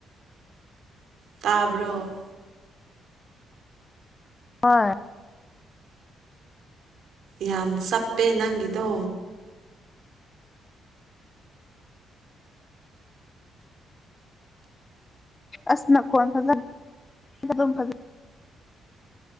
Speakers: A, on the right; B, on the left.
A: ꯇꯥꯕ꯭ꯔꯣ
B: ꯍꯣꯏ
A: ꯌꯥꯝ ꯆꯞꯄꯦ ꯅꯪꯒꯤꯗꯣ
B: ꯑꯁ ꯅꯈꯣꯟ ꯐꯖꯅ ꯑꯗꯨꯝ ꯐꯖ